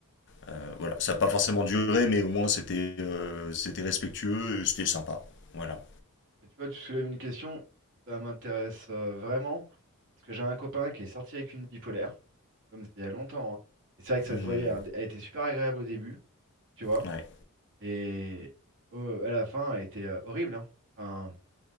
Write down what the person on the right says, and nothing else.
Et tu vois, tu soulèves une question, ça m'intéresse euh, vraiment, parce que j'ai un copain qui est sorti avec une bipolaire. Comme c'était il y a longtemps. hein. Et c'est vrai que ça
se voyait. hein. Elle était super agréable au début, tu vois.
Et au- à la fin, elle était euh, horrible. Hein. Enfin,